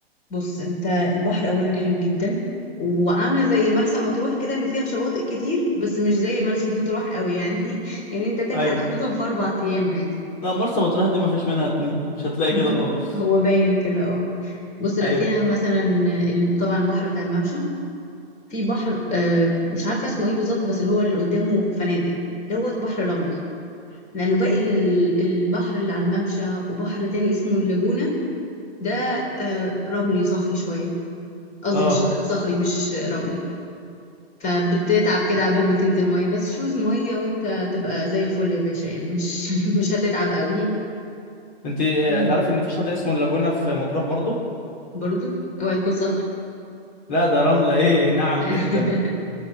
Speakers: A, on the left (about 25°); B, on the left (about 45°).
A: بص انت البحر اولا حلو جدا وعامله زي مرسى مطروح كده انه فيها شواطئ كتير بس مش زي <laughs> مرسى مطروح قوي يعني <laughs> يعني انت تلحق
B: ايوه
A: تاخدهم في اربع ايام عادي
B: لا مرسى مطروح دي مفيش منها اتنين مش هتلاقي
A: <laughs>
B: كده خالص
A: هو باين كده اه بص لا
B: ايوه
A: فيها مثلا ال- طبعا البحر بتاع الممشى في بحر آه، مش عارفه اسمه ايه بالظبط بس اللي هو اللي قدامه فنادق دوت بحر رملي لانه باقي ال- البحر اللي على الممشى وبحر تاني اسمه اللاجونه ده آه، رملي صخري شويه قصدي
B: اه
A: مش صخري مش رملي فبتتعب كده عبال ما تنزل ميه بس شوز ميه وانت تبقى زي الفل يا باشا يعني مش <laughs> مش هتتعب قوي
B: انت آه،
A: مم.
B: تعرف ان في شاطئ اسمه اللاجونة في مطروح برضو
A: برضو اوعى يكون صخر
B: لا ده رملة ايه ناعمة
A: <laughs>
B: جدا